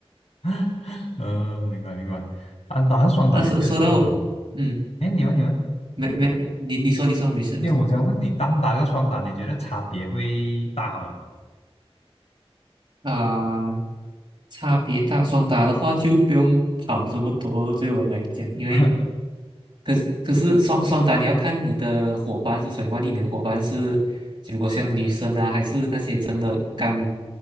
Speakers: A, on the left; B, on the right.
A: <laughs> 嗯，明白明白，单打还是双打，
B: 那说说到我，
A: 你觉得？嗯，
B: 嗯，
A: 哎，你们你们，
B: 没没，你你说你说，没事没事。
A: 因为我想问你，单打跟双打，你觉得差别会大吗？
B: 啊、差别大，双打的话就不用跑这么多了对我来讲，因为
A: <laughs>
B: 可是可是双双打你要看你的伙伴是谁，万一你的伙伴是如果像女生啊，还是那些真的刚